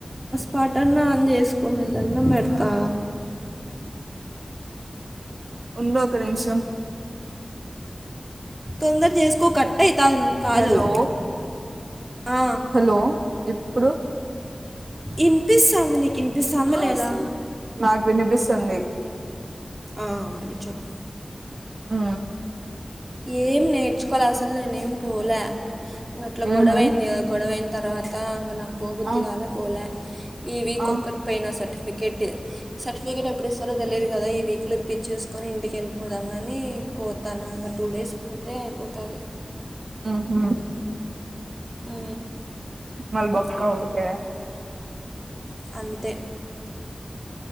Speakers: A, on the right (about 25°); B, on the right (about 75°).
A: పాటన్న ఆన్ చేసుకోని దానం పెడతా
B: ఉండు ఒక నిమిషం
A: తొందర చేసుకో కట్ట అవుతా కాలు
B: హలో
A: ఆ.
B: హలో ఇప్పుడు
A: ఇనిపిస్తుంది నీకు ఇనిపిస్తుంది లేదా
B: నాకు వినిపిస్తుంది
A: ఆ మళీ చెప్పు
B: ఆ
A: ఏం నేర్చుకోవాలి అసలు నేనే ఏమి పోలే అట్లా
B: ఏమి
A: గొడవైంది కదా గొడవై తర్వాత అం నాకు పో కొద్ధగాలే
B: ఆ
A: పోలే ఈ వీక్
B: ఆ
A: ఒక్కటి పోయిన సర్టిఫికేట్ సర్టిఫికేట్ ఎప్పుడు ఇస్తారో తెలియదు కదా ఈ వీక్లో ఇప్పిచ్చేసుకొని ఇంటి వెళ్ళిపోదామని పోతానుక టూ డేస్ పోతే అయిపోతుంది
B: ఆహా
A: ఉ
B: మల్ బస్క ఊర్గ
A: అంతే